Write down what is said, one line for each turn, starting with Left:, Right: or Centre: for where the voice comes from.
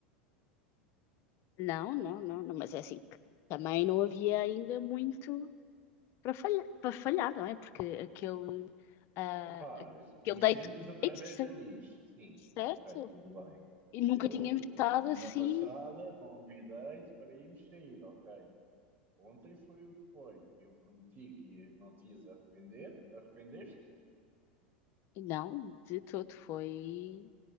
Left: não, não, não, não, mas é assim, que também não havia ainda muito para falhar, para falhar, não é? Porque aquele, ah,
Right: Epá, conhecemos
Left: aquele date,
Right: através
Left: date cer-
Right: de amigos. Sim,
Left: certo?
Right: ok, tudo bem.
Left: E nunca
Right: Eu,
Left: tínhamos estado
Right: a semana
Left: assim.
Right: passada, convidei-te para irmos sair, ok. Ontem foi o que foi. Eu prometi que ia- não te ias arrepender. Arrependeste?
Left: Não, de todo foi
Right: Ok.